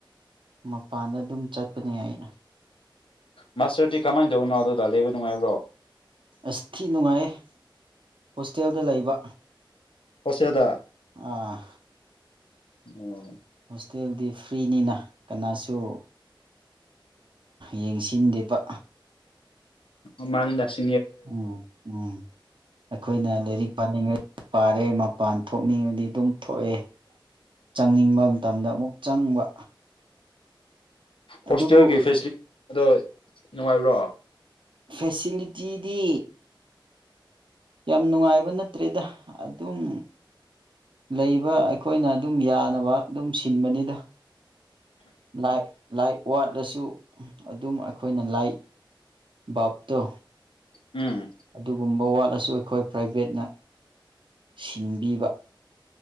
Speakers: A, on the right; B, on the left.
A: ꯃꯄꯥꯟꯗ ꯑꯗꯨꯝ ꯆꯠꯄꯅꯦ ꯑꯩ
B: ꯃꯥ꯭ꯁꯇꯔꯗꯤ ꯀꯃꯥꯏꯅ ꯇꯧꯕꯅꯣ ꯑꯗꯨꯗ ꯂꯩꯕ ꯅꯨꯡꯉꯥꯏꯕ꯭ꯔꯣ
A: ꯑꯁ ꯊꯤ ꯅꯨꯡꯉꯥꯏꯌꯦ ꯍꯣꯁꯇꯦꯜꯗ ꯂꯩꯕ
B: ꯍꯣꯁꯇꯦꯜꯗ
A: ꯑꯥ
B: ꯎꯝ
A: ꯍꯣꯁꯇꯦꯜꯗꯤ ꯐ꯭ꯔꯤꯅꯤꯅ ꯀꯅꯥꯁꯨ ꯌꯦꯡꯁꯤꯟꯗꯦꯕ
B: ꯎꯝ ꯃꯥꯔꯤꯗꯁ
A: ꯎꯝ ꯎꯝ ꯑꯩꯈꯣꯏꯅ ꯂꯥꯏꯔꯤꯛ ꯄꯥꯅꯤꯡꯉꯩ ꯄꯥꯔꯦ ꯃꯄꯥꯟ ꯊꯣꯛꯅꯤꯡꯉꯥꯗꯤ ꯑꯗꯨꯝ ꯊꯣꯛꯑꯦ ꯆꯪꯅꯤꯡꯕ ꯃꯇꯝꯗ ꯑꯃꯨꯛ ꯆꯪꯕ ꯑꯗꯨꯕꯨ
B: ꯍꯣꯁꯇꯦꯜꯒꯤ ꯐꯤꯁꯇꯤ ꯑꯗꯣ ꯅꯨꯡꯉꯥꯏꯕ꯭ꯔꯣ
A: ꯐꯦꯁꯤꯂꯤꯇꯤꯗꯤ ꯌꯥꯝ ꯅꯨꯡꯉꯥꯏꯕ ꯅꯠꯇ꯭ꯔꯦꯗ ꯑꯗꯨꯝ ꯂꯩꯕ ꯑꯩꯈꯣꯏꯅ ꯑꯗꯨꯝ ꯌꯥꯅꯕ ꯑꯗꯨꯝ ꯁꯤꯟꯕꯅꯤꯗ ꯂꯥꯏ ꯂꯥꯏ ꯋꯥꯠꯂꯁꯨ ꯑꯗꯨꯝ ꯑꯩꯈꯣꯏꯅ ꯂꯥꯏ ꯚ꯭ꯔꯕꯇꯣ
B: ꯎꯝ
A: ꯑꯗꯨ ꯨꯒꯨꯝꯕ ꯋꯥꯠꯂꯁꯨ ꯑꯩꯈꯣꯏ ꯄ꯭ꯔꯥꯏꯚꯦꯠꯅ ꯁꯤꯟꯕꯤꯕ